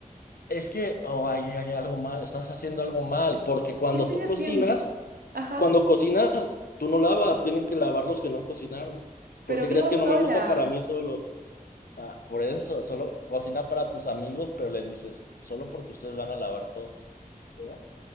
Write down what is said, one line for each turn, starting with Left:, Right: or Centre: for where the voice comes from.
Left: Es que, oh, ahí hay, algo mal, estás haciendo algo mal, porque cuando
Right: ¿Qué estoy
Left: tú
Right: haciendo?
Left: cocinas,
Right: Ajá,
Left: cuando cocinas, tú no lavas, tienen que lavar los que no cocinaron. ¿Por
Right: pero
Left: qué
Right: vivo
Left: crees que
Right: sola.
Left: no me gusta para mí solo? Ah, por eso, solo cocina para tus amigos, pero le dices, solo porque ustedes van a lavar todos, ¿no?